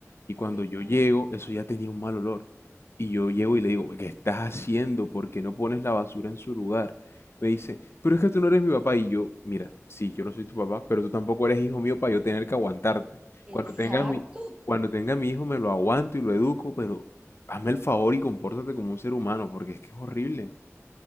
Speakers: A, on the left; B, on the right.
A: Y cuando
B: Ay,
A: yo
B: no.
A: llego, eso ya tenía un mal olor. Y yo llego y le digo, ¿qué estás haciendo? ¿Por qué no pones la basura en su lugar? Me dice, pero es que tú no eres mi papá. Y yo, mira, sí, yo no soy tu papá, pero tú tampoco eres hijo mío para yo tener que aguantarte.
B: Exacto.
A: Cuando tenga mi, cuando tenga mi hijo me lo aguanto y lo educo, pero hazme el favor y compórtate como un ser humano, porque es que es horrible.